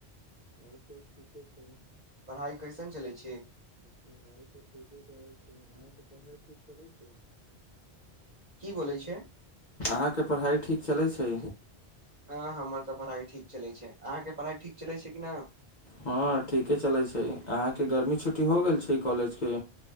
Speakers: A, on the left; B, on the right.
A: आओर तऽ ठीके छै
B: पढ़ाइ कैसन चलै छै
A: पढ़ाइ तऽ ठीके चलैत छै अहाँके पढ़ाइ ठीक चलैत छै
B: की बोलै छै
A: अहाँके पढ़ाइ ठीक चलैत छै
B: हँ ह हमर तऽ भरा हइ ठीक चलै छै अहाँके पढ़ाइ ठीक चलै छै कि न
A: हँ ठीके चलै छै अहाँके गर्मी छुटी छुट्टी हो गेल छै ई कॉलेज के